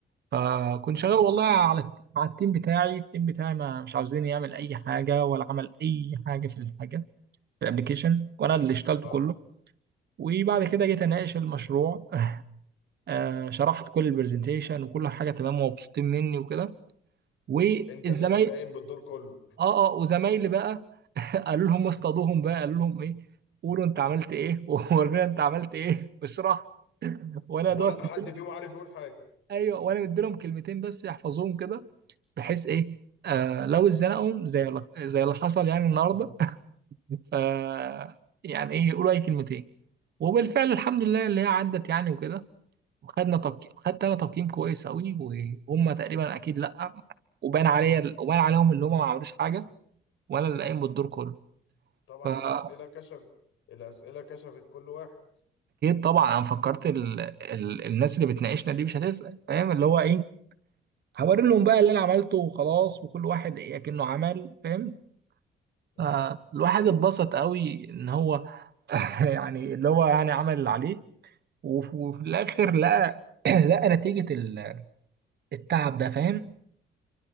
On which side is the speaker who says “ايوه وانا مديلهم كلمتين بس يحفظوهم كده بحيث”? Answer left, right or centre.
Right